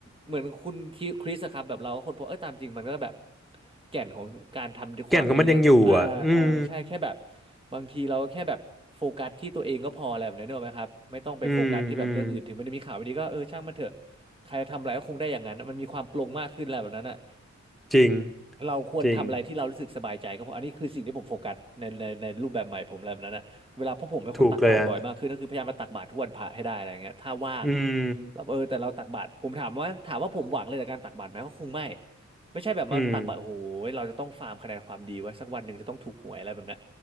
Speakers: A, on the right; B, in the centre.
A: เหมือนคุณคริสอะครับแบบเราก็ค้นพบเอ้ยตามจริงมันก็แบบแก่นของการทำความดีนะอ่าเออใช่แค่แบบ
B: แก่นของมันยังอยู่อ่ะอืม
A: บางทีเราก็แค่แบบโฟกัสที่ตัวเองก็พออะไรแบบนี้นเนกอะไหมครับไม่ต้องไปโฟกัสที่แบบเรื่องอื่นถึงมันจะมีข่าวไม่ดีก็เออช่างมันเถอะ
B: อืมอืม
A: ใครทำอะไรก็คงได้อย่างนั้นมันมีความปลงมากขึ้นอะไรแบบนั้นอะ
B: จริง
A: เราควรทำอะไรที่เรารู้สึกสบายใจก็พออันนี้คือสิ่งที่ผมโฟกัสในในในรูปแบบใหม่ผมแบบนั้นนะเวลาเพราะผมเป็นคนตักบาตรบ่อยมากขึ้นก็คือพยายามมาตักบาตรทุกวันพระให้ได้อะไรเงี้ยถ้าว่าง
B: จริงถูกเลยฮะอืม
A: เราเออแต่เราตักบาตรผมถามว่าถามว่าผมหวังเลยจากการตักบาตรไหมก็คงไม่ไม่ใช่แบบมาตักบาตรโอ้โหเราจะต้องฟาร์มคะแนนความดีไว้สักวันหนึ่งจะต้องถูกหวยอะไรแบบนั้น
B: อืม